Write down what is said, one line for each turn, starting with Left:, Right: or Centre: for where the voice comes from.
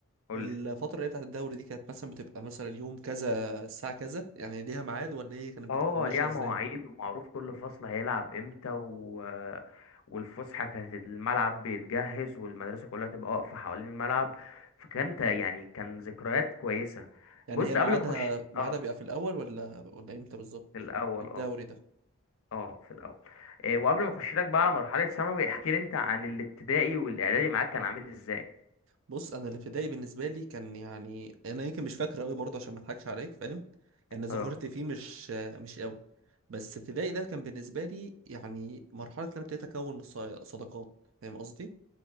Left: قول
Right: الفترة اللي هي بتاعت الدوري دي كانت مثلا بتبقى مثلا يوم كذا الساعة كذا يعني ليها ميعاد ولا هي كانت
Left: اه
Right: بتبقى ماشية
Left: ليها
Right: ازاي
Left: مواعيد ومعروف كل فصل هيلعب امتى و... والفسحة كانت الملعب بيتجهز والمدرسة كلها تبقى واقفة حوالين الملعب فكانت يعني كان ذكريات كويسة
Right: يعني
Left: بص
Right: هي ميعادها
Left: قبل ما اخش
Right: ميعادها
Left: اه
Right: بيبقى في الاول ولا ولا امتى بالظبط
Left: في الاول
Right: الدوري
Left: اه
Right: ده
Left: اه في الاول إيه وقبل ما اخش لك بقى على مرحلة ثانوي احكي لي انت عن الابتدائي والاعدادي معاك كان عامل ازاي
Right: بص انا الابتدائي بالنسبه لي كان يعني انا يمكن مش فاكره قوي برضه عشان ما اضحكش عليك فاهم يعني ذاكرتي
Left: اه
Right: فيه مش مش قوي بس ابتدائي ده كان بالنسبه لي يعني مرحله ان انا ابتديت اكون ص- صداقات فاهم قصدي